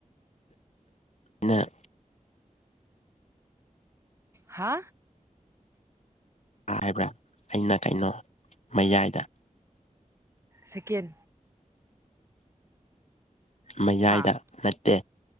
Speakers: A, on the left; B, on the right.
A: ꯑ
B: ꯍꯥ
A: ꯍꯥꯏꯕ꯭ꯔꯥ ꯑꯩꯅ ꯀꯩꯅꯣ ꯃꯌꯥꯏꯗ
B: ꯁꯀꯦꯟ
A: ꯃꯌꯥꯏꯗ
B: ꯍꯥ
A: ꯅꯠꯇꯦ